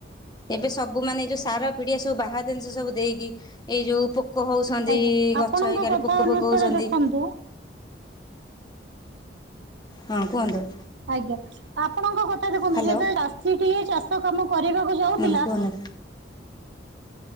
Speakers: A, on the left; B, on the right.
A: ଏବେ ସବୁ ମାନେ ଏ ଯୋଉ ସାର ପିଡିଆ ସବୁ ବାହା ଜିନିଷ ସବୁ ଦେଇକି ଏଇ ଯୋଉ ପୋକ ପୋକ ହଉଛନ୍ତି
B: ଆଜ୍ଞା ଆପଣଙ୍କ
A: ଗଛ ହେଇକାରେ
B: କଥା
A: ପୋକ
B: ଅନୁସାରେ
A: ଫୋକ ହଉଛନ୍ତି।
B: ଦେଖନ୍ତୁ
A: ହଁ କୁହନ୍ତୁ?
B: ଆଜ୍ଞା ଆପଣଙ୍କ କଥା ଦେଖନ୍ତୁ
A: ହ୍ୟାଲୋ
B: ଯେତବେଳେ ଚାଷୀ ଟିଏ ଚାଷ କାମ କରିବାକୁ ଯାଉଥିଲା।
A: ହୁଁ କୁହନ୍ତୁ